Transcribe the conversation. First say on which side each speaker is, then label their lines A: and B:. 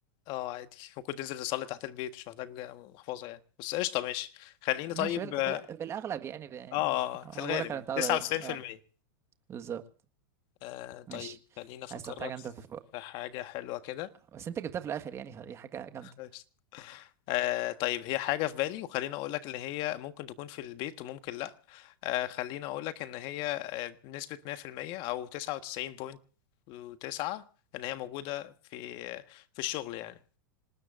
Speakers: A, on the left; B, on the right.
A: اه عادي ممكن تنزل تصلي تحت البيت مش محتاج محفظة يعني بس قشطة ماشي خليني
B: ماشي
A: طيب
B: في, ال-
A: اه
B: في, ال- في الاغلب يعني ب...
A: آه، آه،
B: أنا
A: في الغالب
B: بقول لك انا
A: يعني
B: متعود
A: 99%
B: عليه اه بالظبط
A: آه طيب
B: ماشي
A: خليني افكرك
B: عايز تحط حاجه انت في
A: في حاجة حلوة كده
B: بس انت جبتها في الاخر يعني فدي حاجه جامده
A: قشطة. آه طيب هي حاجة في بالي وخليني اقول لك ان هي ممكن تكون في البيت وممكن لا آه خليني اقول لك ان هي آه، بنسبة 100% او 99.9 ان هي موجودة في آه، في الشغل يعني